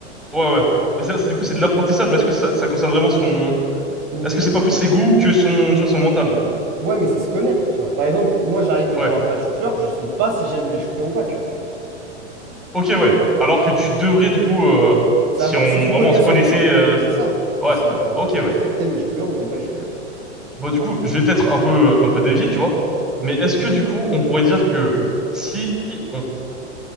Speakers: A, in the centre; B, on the right.
A: Ouais, ouais. Mais ça, c'est du coup, c'est de l'apprentissage, mais est-ce que ça, ça concerne vraiment son...
B: Hum,
A: Est-ce que c'est pas plus ses goûts que son, tu vois, son mental?
B: ouais, mais c'est se connaître, tu vois. Par exemple, moi, j'arrive devant
A: Ouais.
B: un plat de choux-fleurs, je sais pas si j'aime les choux-fleurs ou pas, tu vois.
A: Ok, ouais. Alors que tu devrais, du coup, euh,
B: Savoir,
A: si on
B: si tu
A: vraiment
B: connais
A: se
B: à 100%,
A: connaissait, euh,
B: c'est ça.
A: ouais.
B: Tu sais, genre,
A: Ok, ouais.
B: tu sais que t'aimes les choux-fleurs ou t'aimes pas les choux-fleurs, tu
A: Bon, du coup, je vais peut-être un peu, euh, un peu dévier, tu vois. Mais est-ce que, du coup, on pourrait dire que si on,